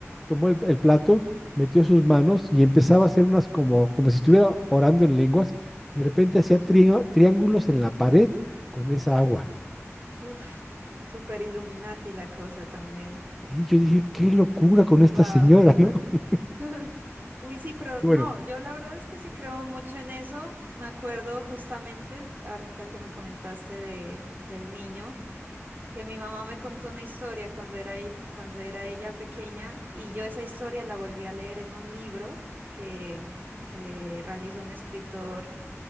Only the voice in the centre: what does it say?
tomó el, el plato, metió sus manos y empezaba a hacer unas como, como si estuviera orando en lenguas. y de repente hacía triá- triángulos en la pared con esa agua.
Y yo dije, qué locura con esta
señora, ¿no? <laughs>
Y
bueno,